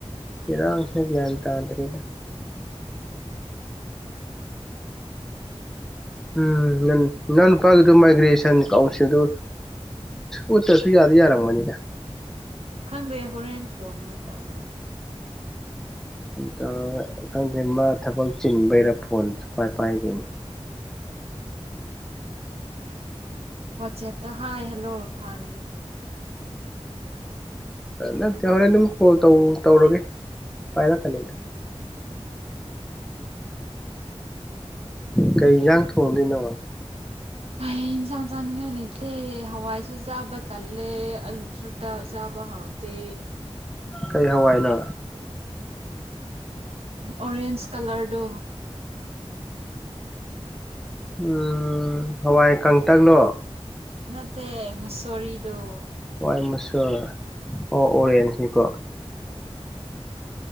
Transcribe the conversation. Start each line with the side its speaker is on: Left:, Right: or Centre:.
Centre: ꯀꯗ ꯐꯪꯁꯤꯅ ꯭ꯌꯥꯟ ꯇꯥꯟꯗꯔꯦꯗ ꯎꯝ ꯅ ꯅꯍꯪ ꯅꯨꯄꯥꯒꯤꯗꯨꯣ ꯃꯥꯏꯒ꯭ꯔꯦꯁꯟ ꯀꯥꯎꯟꯁꯤꯜꯗꯨ ꯑꯣꯠꯇ꯭ꯔꯁꯨ ꯌꯥꯗ ꯌꯥꯔꯝꯒꯅꯤꯗ
Right: ꯈꯪꯗꯦ ꯍꯣꯔꯦꯟ ꯐꯣꯟꯗꯣ ꯇꯧꯔꯣ
Centre: ꯇꯧꯔꯒ ꯈꯪꯗꯦ ꯃꯥ ꯊꯕꯛ ꯆꯤꯟꯕꯩꯔꯥ ꯐꯣꯟꯁꯨꯨ ꯀꯥꯏ ꯄꯥꯏꯈꯤꯦꯅꯤ
Right: ꯋꯥꯆꯦꯞꯇ ꯍꯥꯏ ꯍꯜꯂꯣ ꯊꯥꯔꯣꯅꯦ
Centre: ꯅꯠꯇꯦ ꯍꯣꯔꯦꯟ ꯑꯗꯨꯝ ꯀꯣꯜ ꯇꯧꯔꯒꯦ ꯄꯥꯏꯔꯛꯀꯅꯤꯗ ꯀꯩ ꯌꯦꯟꯖꯥꯡ ꯊꯣꯡꯗꯣꯏꯅꯣ
Right: ꯑꯦ ꯏꯟꯁꯥꯟꯁꯥꯅ ꯂꯩꯇꯦ ꯍꯋꯥꯏꯁꯨ ꯆꯥꯕ ꯇꯜꯂꯦ ꯑꯜꯂꯨꯁꯨꯇꯥ ꯆꯥꯕ ꯍꯥꯥꯎꯇꯦ
Centre: ꯀꯩ ꯍꯋꯥꯏꯅ
Right: ꯑꯣꯔꯦꯟꯖ ꯀꯂꯔꯗꯨ
Centre: ꯎ ꯍꯋꯥꯏ ꯀꯪꯇꯛꯅꯣ
Right: ꯅꯠꯇꯦ ꯃꯨꯁꫭꯔꯤꯗꫭ
Centre: ꯋꯥꯏꯠ ꯃꯁꯨꯔ ꯑꯣ ꯑꯣꯔꯦꯟꯖꯅꯤꯀꯣ
Right: ꯎꯝ